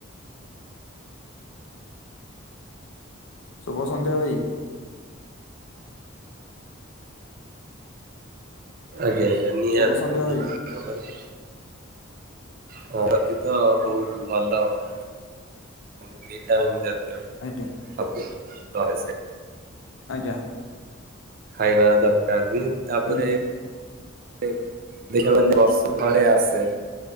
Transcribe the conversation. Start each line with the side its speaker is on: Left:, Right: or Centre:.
Left: ଶୁଭ ସନ୍ଧ୍ୟା ଭାଇ।
Right: ଆଜ୍ଞା-ଆଜ୍ଞା ନିହାତି
Left: ଶୁଭ ସନ୍ଧ୍ୟା
Right: ନିହାତି
Left: ଭାଇ
Right: ଭାବରେ। ହଁ ପ୍ରତି ତ ବହୁତ ଭଲ ମାନେ, ଭିଟାମିନ୍ ଜାତି।
Left: ଆଜ୍ଞା
Right: <unintelligible>
Left: ଆଜ୍ଞା।
Right: ଖାଇବା ଦରକାର ବି ତାପରେ
Left: ଆଜ୍ଞା
Right: <inaudible> ଦେଖ <inaudible> ବର୍ଷକୁ ଥରେ ଆସେ।